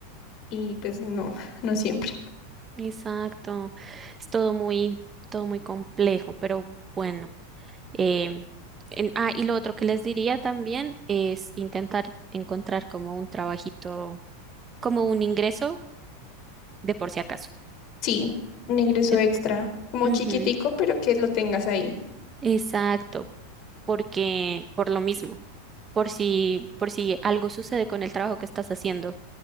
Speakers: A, on the left; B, on the right.
A: y pues no, <laughs> no siempre.
B: Exacto, es todo muy, todo muy complejo, pero bueno. em, en- ah, y lo otro que les diría también es intentar encontrar como un trabajito, como un ingreso de por si acaso,
A: Sí, un ingreso
B: ¿cierto?
A: extra, como
B: Ujú,
A: chiquitico, pero que lo tengas ahí.
B: Exacto, porque por lo mismo, por si, por si algo sucede con el trabajo que estás haciendo.